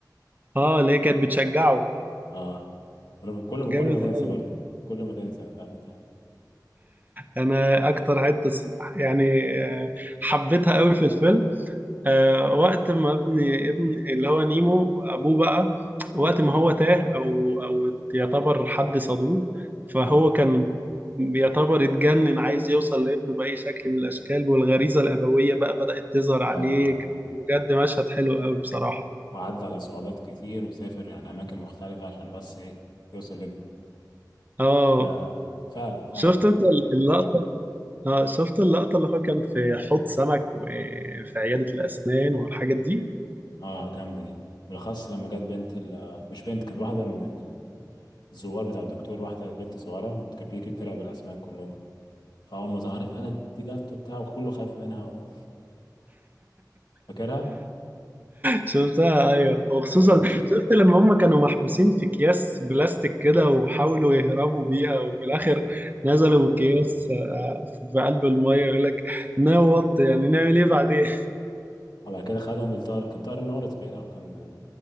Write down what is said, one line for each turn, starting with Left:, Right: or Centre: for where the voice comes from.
Right: اه اللي هي كانت بتشجعه
Left: اه ولما كل ما
Right: جامد
Left: كل ما تنسى
Right: قوي
Left: برضه كل ما تنسى فاهم انت
Right: انا اكتر حته س- يعني آه، حبيتها قوي في الفيلم آه، وقت ما ابن ابن اللي هو نيمو ابوه بقى وقت
Left: مم.
Right: ما هو تاه او او يعتبر حد صادوه فهو
Left: اه
Right: كان بيعتبر اتجنن عايز يوصل لابنه بأي شكل من الاشكال والغريزة الابوية بقى بدأت تظهر عليه
Left: اه
Right: كان بجد مشهد حلو قوي بصراحة
Left: وعدى على صعوبات كتير وسافر يعني أماكن مختلفة عشان بس إيه يوصل لابنه
Right: اه
Left: ففعلا فعلا
Right: شفت انت اللقطة اه شفت اللقطة اللي هو كان في حوض سمك وفي عيادة الاسنان والحاجات دي
Left: اه آه، جامدة دي بالأخص لما جت بنت ال- مش بنت كانت واحدة من الزوار بتاع الدكتور واحدة بنت صغيرة وكانت بتيجي بتلعب الأسماك كلهم فاول ما ظهرت انا دي جت وبتاع وكله خايف منها و... فاكرها
Right: شفتها ايوه وخصوصا
Left: ولا الطير
Right: شفت لما هم كانوا محبوسين في اكياس بلاستيك كده وحاولوا يهربوا بيها وفي الاخر نزلوا
Left: اه
Right: اكياس آه، في قلب الميه يقول لك نوط يعني نعمل ايه بعدين
Left: وبعد كده خدهم الطائر كان طائر النورس باين او كان